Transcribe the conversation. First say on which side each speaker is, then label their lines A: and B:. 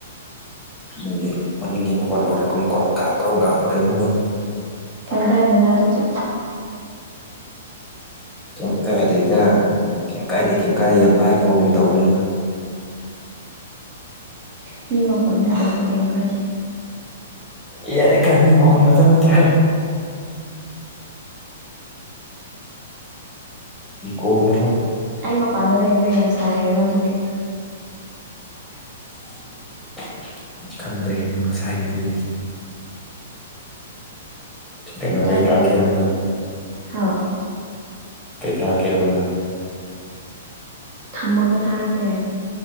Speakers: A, in the centre; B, on the right.
A: ꯅ ꯃꯅꯤꯡꯒꯤ ꯃꯈꯀꯣꯟ ꯍꯔꯦ ꯀꯨꯝꯃꯈ꯭ꯔꯣ ꯀꯥ ꯀ꯭ꯔꯣ ꯀꯥꯈꯣꯔꯦ ꯃꯣꯟ
B: ꯀꯥꯏꯗ ꯑꯗꯨꯗꯤ
A: ꯀꯩ ꯀꯥꯏꯗꯗ ꯎꯝ ꯀꯩ ꯀꯥꯏꯗ ꯀꯩ ꯀꯥꯏꯗ ꯌꯥꯝ ꯍꯥꯏꯈꯕꯒꯨꯝ ꯇꯧꯕꯅꯤꯅ <unintelligible>
B: ꯄꯤ ꯃꯈꯣꯠꯅ ꯆꯕꯤ ꯀꯩꯝ ꯀꯥꯏꯗꯦ
A: ꯌꯥ ꯌꯥꯗ ꯀ ꯃꯤ ꯃꯈꯣꯟ ꯉ ꯆꯠꯇ ꯀ ꯏꯀꯣꯒ꯭ꯔ
B: ꯑꯩ ꯃꯄꯥꯟꯗ ꯂꯩꯔꯗ ꯌꯥꯝ ꯁꯥꯏꯌꯦꯕ ꯑꯗꯨꯒꯤ
A: <unintelligible> ꯈꯪꯗ꯭ꯔꯦ ꯅꯪ ꯉ ꯁꯥꯏꯉꯩꯗꯨꯗꯤ ꯇꯅꯨ
B: ꯀꯥꯏꯗ
A: ꯀꯩ ꯊꯥꯀꯤꯅꯅꯨꯡ
B: ꯂꯩꯕ꯭ꯔꯥ
A: ꯉ
B: ꯍꯥ
A: ꯀꯩ ꯊꯥꯔ ꯀꯦꯅꯅ
B: ꯊꯝꯃꯒ ꯊꯥꯔꯛꯀꯦ